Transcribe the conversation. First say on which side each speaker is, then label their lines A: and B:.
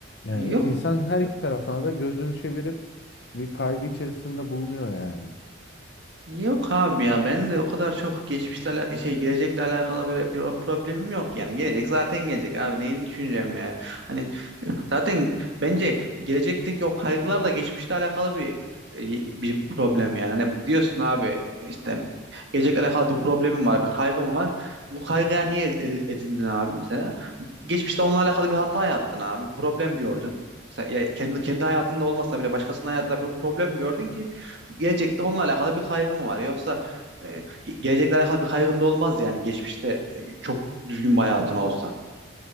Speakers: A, on the left; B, on the right.
A: E,
B: Yani yok.
A: insan her iki tarafına da gözünü çevirip bir kaygı içerisinde bulunuyor yani.
B: Yok abi ya ben de o kadar çok geçmişle ala- şey gelecekle alakalı böyle pro- problemim yok yani gelecek zaten gelecek abi neyini düşüneceğim yani hani zaten bence gelecekteki o kaygılar da geçmişle alakalı bir bir problem yani hani diyorsun abi işte gelecekle alakalı bir problemim var bir kaygım var bu kaygıya niye edi- edindin abi mesela geçmişte onunla alakalı bir hata yaptın abi bir problem gördün Mesela ya kendi, kendi hayatında olmasa bile başkasının hayatında bir problem gördün ki gelecekte onunla alakalı bir kaygım var. Yoksa e, ge- gelecekle alakalı bir kaygın da olmaz yani geçmişte e, çok düzgün bir hayatın olsa.